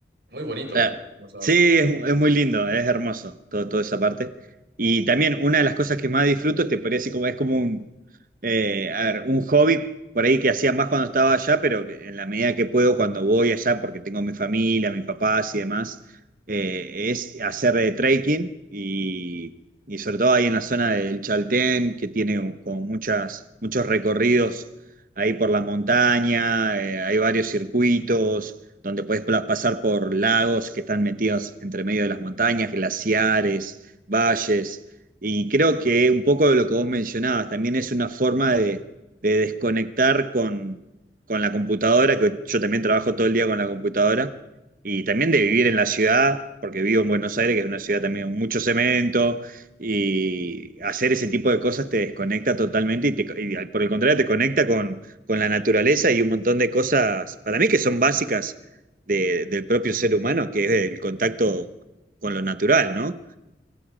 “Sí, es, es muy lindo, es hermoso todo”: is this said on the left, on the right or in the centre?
Right